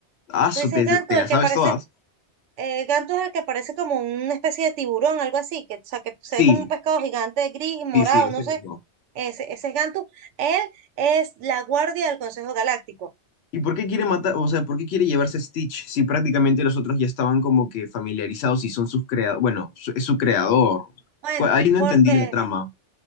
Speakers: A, on the left; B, on the right.
A: Ah,
B: Tú
A: su,
B: dices
A: te,
B: gantu,
A: te
B: el
A: la sabes
B: que parece,
A: todas.
B: eh, gantu es el que parece como una especie de tiburón, algo así, que, o sea, que se
A: Sí,
B: ve como un pescado gigante gris, morado,
A: sí, sí, ese
B: no sé.
A: mismo.
B: Ese, ese es Gantu. Él es la guardia del Consejo Galáctico.
A: ¿Y por qué quiere matar, o sea, por qué quiere llevarse a Stitch si prácticamente los otros ya estaban como que familiarizados y son sus creadores, bueno, su- es su creador.
B: Bueno,
A: Cu- Ahí no
B: porque,
A: entendí la trama.